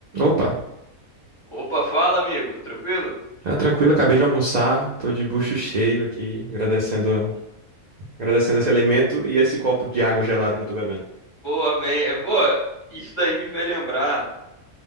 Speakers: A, on the right (about 70°); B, on the left (about 30°).
A: Opa,
B: Opa, fala, amigo. Tranquilo?
A: tá tranquilo, acabei de almoçar, tô de bucho cheio aqui, agradecendo, agradecendo esse alimento e esse copo de água gelada que eu tô bebendo.
B: Boa, amém. É boa. Isso daí me fez lembrar